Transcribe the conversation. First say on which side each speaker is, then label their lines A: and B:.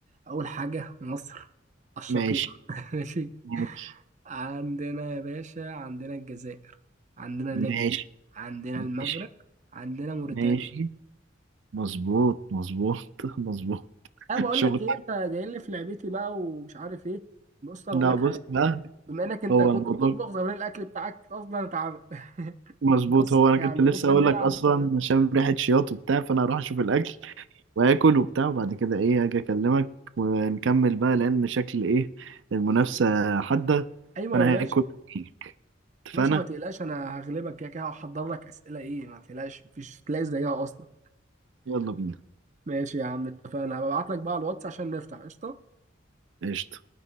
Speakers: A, on the right (about 40°); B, on the right (about 75°).
A: اول حاجه مصر الشقيق
B: ماشي
A: <laughs> ماشي
B: ماشي
A: عندنا يا باشا عندنا الجزائر عندنا
B: ماشي
A: ليبيا عندنا
B: ماشي
A: المغرب عندنا موريتانيا
B: ماشي مظبوط مظبوط <laughs> مظبوط
A: انا بقول
B: شغل
A: لك ايه انت جاي لي في لعبتي بقى ومش عارف ايه بص انا
B: لا
A: اقول لك
B: بص
A: حاجه
B: بقى
A: بما انك انت
B: هو
A: كنت
B: الموضوع
A: بتطبخ زمان الاكل بتاعك اصلا اتعمل <laughs>
B: مظبوط
A: بص
B: هو أنا
A: يعني
B: كنت لسه
A: ممكن
B: أقول
A: نلعب
B: لك أصلا عشان ريحة شياط وبتاع فأنا هروح أشوف الأكل وآكل وبتاع وبعد كده إيه هاجي أكلمك ونكمل بقى لأن شكل إيه المنافسة حادة
A: ايوه
B: فأنا
A: يا باشا
B: هاكل
A: يا
B: وأجيلك. اتفقنا
A: باشا ما تقلقش انا هغلبك كده كده هحضر لك اسئله ايه ما تقلقش مفيش تلاقي زيها اصلا
B: يلا بينا
A: ماشي يا عم اتفقنا هبعت لك بقى على الواتس عشان نفتح قشطه
B: قشطة